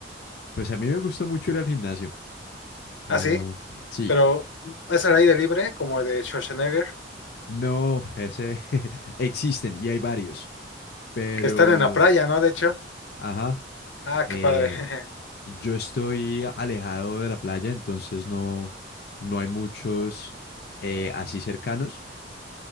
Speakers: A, on the left; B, on the left.
A: pues a mí me gustó mucho ir al gimnasio. Yo,
B: ¿Ah, sí?
A: sí,
B: Pero es al aire libre, como el de Schwarzenegger,
A: no, ese <laughs> existen y hay varios, pero.
B: que están en la playa, ¿no? De hecho.
A: Ajá.
B: Ah,
A: Eh,
B: qué padre. <laughs>
A: yo estoy alejado de la playa, entonces no, no hay muchos eh, así cercanos.